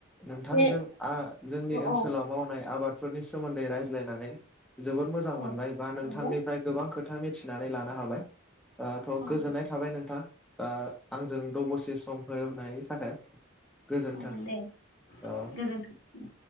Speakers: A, in the centre; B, on the left (about 75°).
A: नोंथांजों
B: बे
A: आ जोंनि
B: औ
A: ओनसोलाव
B: औ
A: मावनाय आबाद फोरनि सोमोन्दै रायज्लायनानै जोबोद मोजां
B: औ
A: मोनबाय बा नोंथांनिफ्राय
B: नंगौ
A: गोबां खोथा नोंथां मिथिनानै लानो हाबाय ओ थ'
B: औ
A: गोजोननाय थाबाय नोंथां ओ आंजों द सम होनायनि थाखाय गोजोन्थों
B: औ दे
A: औ
B: गोजोनथों